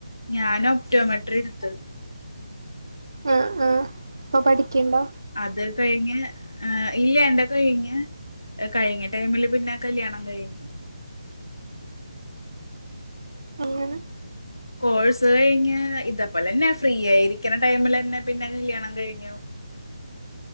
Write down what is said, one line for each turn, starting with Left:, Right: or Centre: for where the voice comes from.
Left: ഞാന് ഒപ്റ്റോമെട്രി ഇട്ത്തത്
Right: ആഹ് ആഹ് ഇപ്പൊ പഠിക്ക്ണ്ടോ
Left: അത് കഴിഞ്ഞ് ഹ് ഇല്ല എന്റെ കയിഞ്ഞ് കഴിഞ്ഞ ടൈമില് പിന്നെ കല്യാണം കയിഞ്ഞു
Right: എങ്ങനെ
Left: കോഴ്സ് കഴിഞ്ഞ് ഇതെപലെന്നെ ഫ്രീയായിരിക്ക്ണ ടൈമിലെന്നെ പിന്നെ കല്യാണം കഴിഞ്ഞു